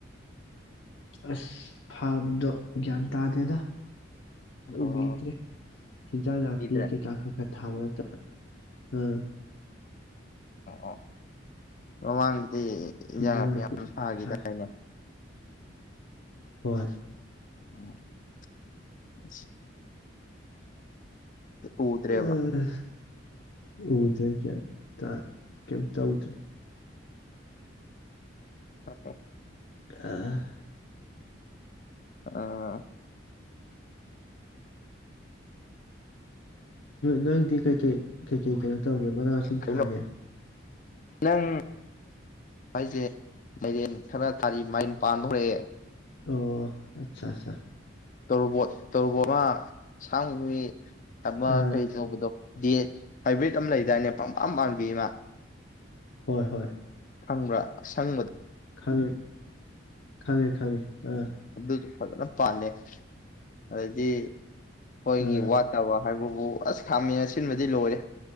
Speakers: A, on the left (about 75°); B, on the left (about 40°).
A: ꯑꯁ ꯐꯥꯝꯗꯣ ꯒ꯭ꯌꯥꯟ ꯇꯥꯗꯦꯗ
B: ꯑꯣ
A: ꯎꯕꯤꯗꯔ꯭ꯦ ꯍꯤꯟꯖꯥꯡ ꯅꯥꯄꯤ
B: ꯎꯈꯤꯗ꯭ꯔꯦ
A: ꯀꯩꯀꯈꯛꯇꯅꯦ ꯊꯥꯕ ꯅꯠꯇ ꯎꯝ
B: ꯑ ꯃꯃꯥꯡꯗꯗꯤ ꯏꯟꯖꯥꯡ
A: ꯍꯤꯟꯖꯥꯡ
B: ꯅꯥꯄꯤ ꯌꯥꯝ ꯊꯈꯤꯗꯥꯏꯅꯦ
A: ꯊꯥꯏ
B: ꯎ
A: ꯍꯣꯏ
B: ꯎ ꯎꯗꯔ꯭ꯦꯕꯥ
A: ꯑꯥ ꯎꯗ꯭ꯔꯦ ꯀꯦꯝꯃꯥ ꯀꯦꯝꯇꯧꯗꯔ꯭ꯦ
B: ꯑꯦ
A: ꯑ
B: ꯑꯥ
A: ꯅꯣꯏꯗꯤ ꯀꯩ ꯀꯩ ꯀꯩ ꯀꯩ ꯀꯩꯅꯣ ꯇꯧꯒꯦ ꯃꯅꯥ ꯃꯁꯤꯡ
B: ꯀꯩꯅꯣ
A: ꯊꯥꯒꯦ
B: ꯅꯪ ꯍꯥꯏꯁꯦ ꯃꯥꯏꯔꯦꯟ ꯈꯔ ꯊꯥꯔꯤ ꯃꯥꯏꯟ ꯄꯥꯟꯕ ꯍꯧꯔꯛꯑꯦ
A: ꯑꯣ ꯑꯆꯥ ꯑꯆꯥ
B: ꯇꯧꯔꯕꯣꯠ ꯇꯧꯔꯕꯣꯠ ꯑꯃ ꯁꯥꯡꯕꯤ ꯇꯃ
A: ꯑꯥ
B: ꯀꯩ ꯆꯥꯎꯕꯗꯣ ꯗꯤ ꯍꯥꯏꯕ꯭ꯔꯤꯠ ꯑꯃ ꯂꯩꯗꯥꯏꯅꯦ ꯄꯝꯄꯥꯝ ꯄꯥꯝꯕꯤ ꯑꯃ
A: ꯍꯣꯏ ꯍꯣꯏ
B: ꯈꯪꯕ꯭ꯔꯥ ꯑꯁꯪꯕꯗ
A: ꯈꯪꯉꯤ ꯈꯪꯉꯤ ꯈꯪꯉꯤ ꯑ
B: ꯑꯗꯨꯁꯨ ꯐꯖꯅ ꯄꯥꯜꯂꯦ ꯑꯗꯩꯗꯤ ꯍꯣꯏꯒꯤ
A: ꯑꯥ
B: ꯋꯥ ꯇ ꯋꯥ ꯍꯥꯏꯕꯕꯨ ꯑꯁ ꯈꯥꯃꯦꯟ ꯑꯁꯤꯟꯕꯗꯤ ꯂꯣꯏꯔꯦ